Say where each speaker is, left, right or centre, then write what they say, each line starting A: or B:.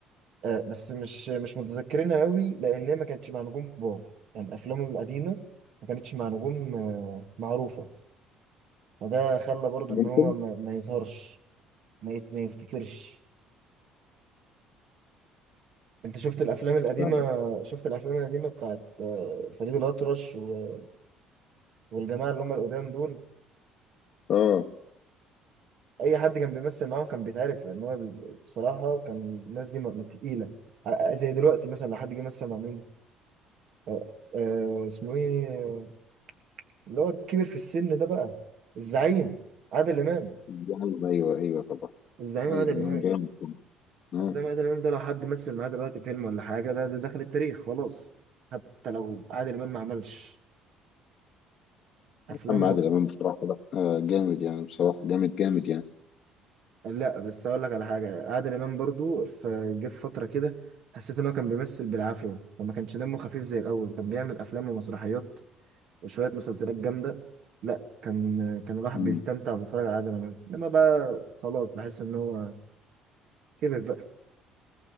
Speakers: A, on the right; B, on the left.
A: آه بس مش مش متذكرينها قوي لان هي ما كانتش مع نجوم كبار يعني افلامه القديمه ما كانتش مع نجوم آه معروفه فده خلى برضو
B: ممكن
A: ان هو ما, ما يظهرش ما, يت- ما يفتكرش انت شفت الافلام القديمه
B: فعلا.
A: شفت الافلام القديمه بتاعت آه، فريد الاطرش و- والجماعه اللي هم القدام دول
B: اه
A: اي حد كان بيمثل معاهم كان بيتعرف لان هو بصراحه كان الناس دي م- تقيله ع- زي دلوقتي مثلا لو حد جه مثل مع مين آه آه اسمه ايه اللي هو كبر في السن ده بقى الزعيم عادل امام
B: يعني ايوه ايوه طبعا
A: الزعيم
B: عادل
A: عادل
B: امام
A: امام
B: جامد طبعا اه
A: الزعيم عادل امام ده لو حد مثل معاه دلوقتي فيلم ولا حاجه ده ده دخل التاريخ خلاص حتى لو عادل امام ما عملش افلامه
B: اما عادل امام بصراحه لا آه جامد يعني بصراحه جامد جامد يعني
A: لا بس اقول لك على حاجه عادل امام برضو في جه في فتره كده حسيت ان هو كان بيمثل بالعافيه وما كانش دمه خفيف زي الاول كان بيعمل افلام ومسرحيات وشويه مسلسلات جامده لا كان كان الواحد
B: مم.
A: بيستمتع وبيتفرج على عادل امام انما بقى خلاص بحس ان هو كبر بقى